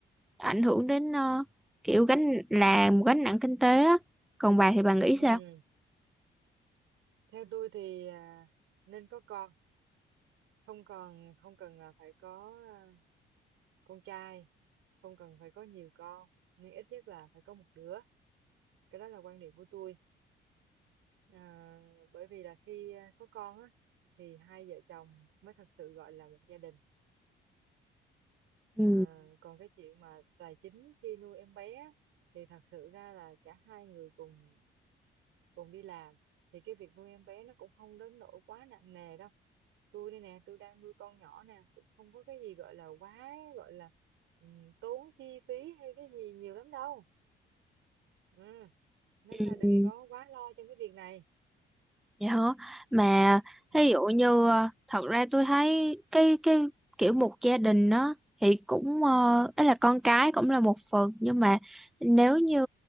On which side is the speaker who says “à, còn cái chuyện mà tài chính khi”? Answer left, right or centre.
Right